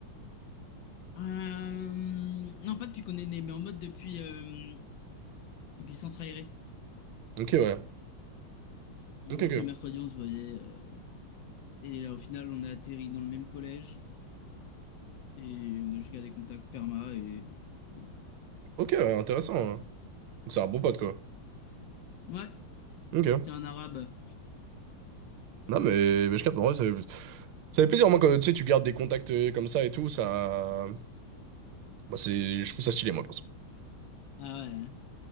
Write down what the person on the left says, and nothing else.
euh, non, pas depuis qu'on est né, mais en mode depuis, euh, depuis Centre Aéré.
En
gros,
tous les mercredis, on se voyait. euh, et euh, au final, on a atterri dans le même collège. Et on a juste gardé contact perma. Et voilà.
Ouais,
t'es un arabe.
Ah ouais, hein.